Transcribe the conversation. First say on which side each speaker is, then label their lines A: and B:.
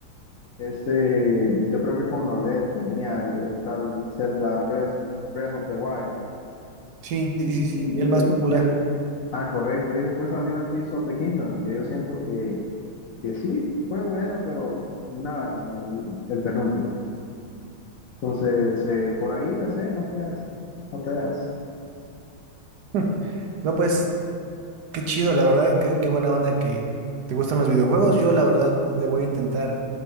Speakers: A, on the left; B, on the right.
A: este, yo creo que con la OLED venía el, el tal Zelda Breath, Breath of the Wild.
B: Sí, sí,
A: Y,
B: sí, sí, el
A: y
B: más
A: el-
B: popular.
A: y el- ah, correcto. Y después salió el Tears of the Kingdom, que yo siento que que sí, fue bueno, pero nada como el, el penúltimo. Entonces, eh, por ahí le sé, no creas, no creas.
B: <laughs> No, pues, qué chido, la verdad, qué, qué buena onda que te gustan los videojuegos. Yo, la verdad, le voy a intentar